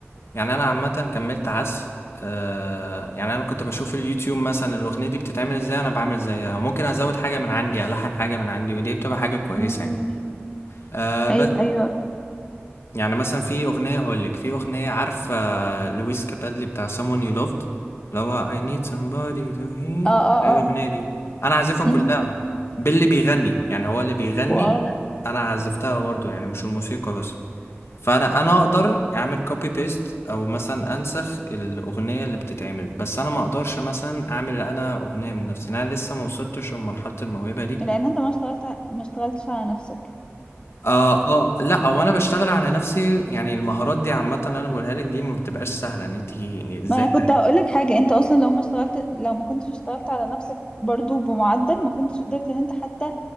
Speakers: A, on the left; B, on the left.
A: يعني انا عامة كملت عزف آه يعني انا كنت بشوف اليوتيوب مثلا الاغنية دي بتتعمل ازاي انا بعمل زيها ممكن ازود حاجة من عندي الحن حاجة من عندي ودي بتبقى حاجة كويسة
B: امم
A: يعني آه بس
B: ايوه ايوه
A: يعني مثلا في أغنية هقول لك في أغنية عارفة لويس كابادلي بتاع Someone You Loved اللي هو I need somebody to hear
B: اه اه
A: إيه الأغنية
B: اه
A: دي أنا عازفها كلها
B: امم
A: باللي بيغني يعني هو اللي بيغني
B: واو
A: أنا عزفتها برضه يعني مش الموسيقى بس فأنا أنا أقدر أعمل كوبي بيست أو مثلا أنسخ الأغنية اللي بتتعمل بس أنا ما أقدرش مثلا أعمل أنا أغنية من نفسي أنا لسه ما وصلتش لمرحلة الموهبة دي
B: لان انت ما اشتغلت ما اشتغلتش على نفسك
A: اه اه لا هو انا بشتغل على نفسي يعني المهارات دي عامه اللي انا بقولها لك دي ما بتبقاش سهله ان انت ازاي
B: ما انا
A: تع-
B: كنت هقول لك حاجه انت اصلا لو ما اشتغلت لو ما كنتش اشتغلت على نفسك برضو بمعدل ما كنتش قدرت ان انت حتى